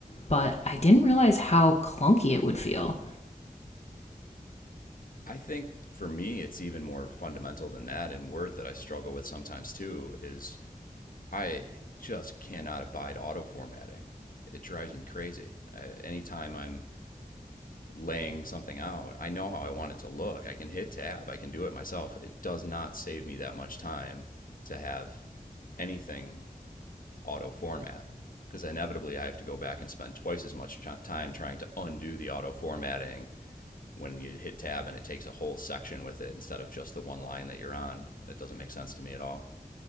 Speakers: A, on the left; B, on the left.
A: but I didn't realize how clunky it would feel.
B: I think for me, it's even more fundamental than that. And Word that I struggle with sometimes too is I just cannot abide auto formatting. It drives me crazy. I, anytime I'm laying something out, I know how I want it to look. I can hit tab, I can do it myself. It does not save me that much time to have anything auto format because inevitably I have to go back and spend twice as much time trying to undo the auto formatting when you hit tab and it takes a whole section with it instead of just the one line that you're on. That doesn't make sense to me at all.